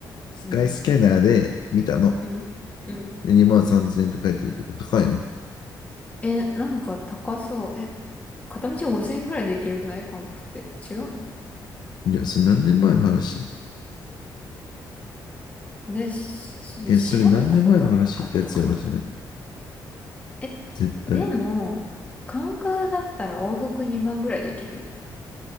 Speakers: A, on the left (about 65°); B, on the left (about 20°).
A: スカイスキャナーで見たの。
B: うん。うん。うん。
A: で、2万3千円って書いてるけど、高いのん
B: え、なんか高そう。え、片道5千円ぐらいで行けるくない韓国って。違うの
A: いや、それ何年前の話
B: で、し調べたこともなかったからな。
A: え、それ何年前の話ってやつやろ、それ。
B: え、
A: 絶対。
B: でも、関空だったら往復2万ぐらいでいけるよ。